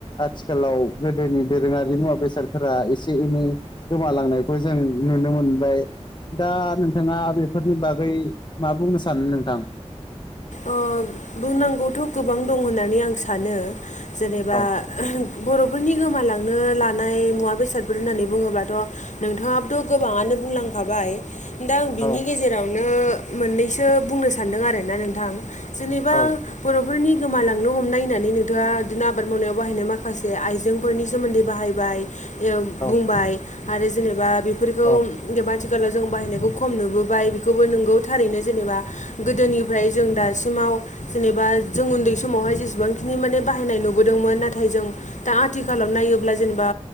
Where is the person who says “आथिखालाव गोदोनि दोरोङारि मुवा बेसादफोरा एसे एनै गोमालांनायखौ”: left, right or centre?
Left